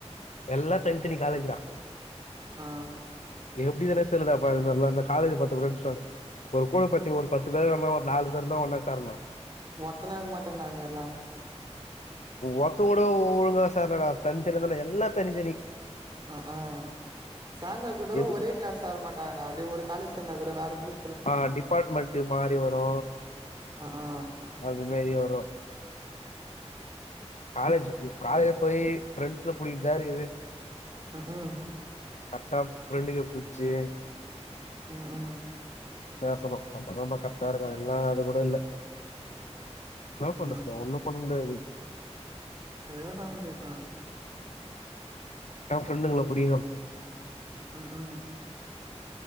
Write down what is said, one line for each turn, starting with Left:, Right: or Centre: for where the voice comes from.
Left: எல்லா தனித்தனி காலேஜ்றா
Right: ஆ
Left: எப்டிதானே தெரிலடா பா இ இ இந்த காலேஜ் பாத்த ஒரே நிமிஷோ இரு ஒரு கூழ பச்சு ஒரு பத்து பேரு வந்தா ஒரு நாலு பேருந்தா ஒன்னா சேரணும்
Right: ஒத்தன இருக்க மாட்டான்டா அங்கெல்லா
Left: ஒத்தோட ஒழுங்கா சேர்லடா தனித்தனியாதான்டா எல்லா தனித்தனி
Right: அ ஆஹ் சாயந்தர கூட
Left: எது
Right: ஒரே கிளாஸ் சேர மாட்டாங்கடா அப்டியே ஒரு காலேஜ் சேர்ந்தா கூட வேற குரூப்
Left: ஆ டிபார்ட்மெண்ட்டு மாறி வரு
Right: ஆ ஆ
Left: அது வேறி ஆகு தோ காலேஜ்க்கு காலைல போய் ஃபிரெண்ட்ஸ்ஸ புடிக்கதா இருக்குது
Right: ம்ஹு
Left: கரெக்டா ப்ரெண்டுக புடுச்சு
Right: உ ஹு
Left: பேசணு அப்பதாமா கரக்டா இருக்கு எல்லா அது கூட இல்ல என்னா
Right: ஆமா
Left: பண்றது ஒன்னு பண்ண முடியாது
Right: எது பல <unintelligible>
Left: என் ஃப்ரன்டுங்கள புடிகும்
Right: ம் ஹும் ம்